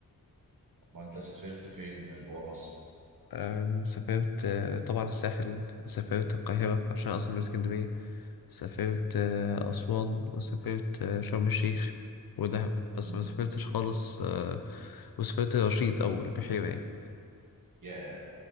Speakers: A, on the right (about 60°); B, on the left (about 75°).
A: ما انت سافرت فين جوه مصر
B: آم، سافرت آه طبعا الساحل سافرت القاهرة عشان أصلا من اسكندرية سافرت آه أسوان وسافرت آه شرم الشيخ ودهب بس
A: مم.
B: ما سافرتش خالص آه وسافرت رشيد أو البحيرة يعني
A: يا